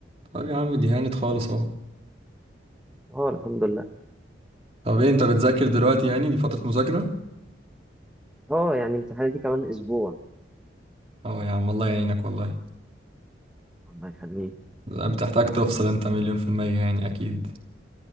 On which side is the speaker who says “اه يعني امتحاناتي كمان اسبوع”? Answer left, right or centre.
Centre